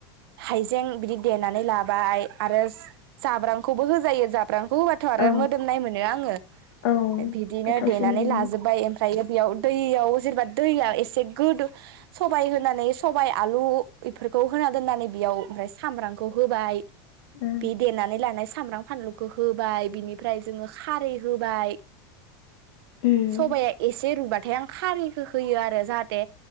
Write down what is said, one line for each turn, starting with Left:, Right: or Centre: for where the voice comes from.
Right: हाइजें बिदि देनानै लाबाय। आरोस साब्रांखौबो होजायो जाब ब्रांखौ होबाथ' आरो
Left: औ
Right: मोदोमनाय मोनो आङो
Left: औ
Right: बिब बिदिनो
Left: गोथावसिन
Right: देनानै
Left: जायो
Right: लाजोब्बाय ओम ओमफ्रायो बेयाव दैयाव जेनेबा दैया एसे गोदो सबाइ होनानै सबाइ आलु बेफोरखौ होना दोननानै बेयाव ओमफ्राय सामब्रामखौ होबाय
Left: ओ
Right: बे देनानै लानाय सामब्राम फानलुखो होबाय बिनिफ्राय जोङो खारै होबाय
Left: उम
Right: सबाइया एसे रुबाद थाय आं खारैखो होयो आरो जाहाथे